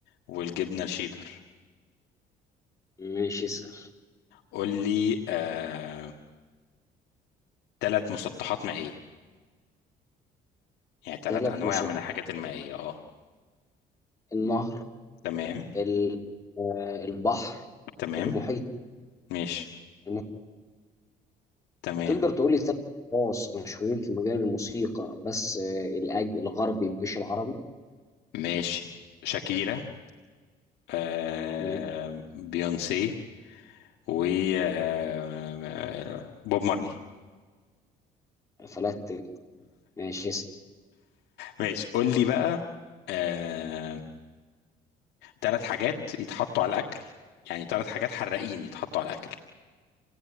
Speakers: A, on the left (about 85°); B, on the left (about 20°).
A: والجبنة الشيدر
B: مش اسأل
A: قول لي آه ثلاث مسطحات مائية يعني ثلاث
B: ثلاث
A: أنواع
B: مصادر
A: من الحاجات المائية آه
B: النهر
A: تمام
B: ال- آه، البحر
A: تمام
B: المحيط
A: ماشي
B: المحيط
A: تمام
B: تقدر تقول لي ثلاث اشخاص مشهورين في مجال الموسيقى بس آه، الأج الغربي مش العربي
A: ماشي شاكيرا آه
B: ماشي.
A: بيونسي و آه، آه، آه، بوب مارلي
B: فلات ماشي اسأل.
A: ماشي قول لي بقى آه، ثلاث حاجات يتحطوا على الاكل يعني ثلاث حاجات حراقين يتحطوا على الاكل